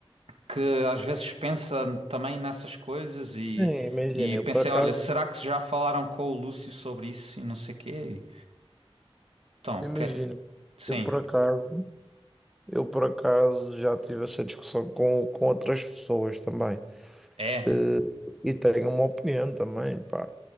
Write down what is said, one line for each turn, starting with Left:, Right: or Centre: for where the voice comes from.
Right: que às vezes pensa também nessas coisas e,
Centre: Nem Imagina,
Right: e pensei,
Centre: eu por acaso.
Right: olha, será que já falaram com o Lúcio sobre isso e não sei quê? Então,
Centre: Imagina,
Right: que- sim,
Centre: eu por acaso. Eu por acaso já tive essa discussão com, com outras pessoas também.
Right: é,
Centre: Eh, E tenho uma opinião também, pá.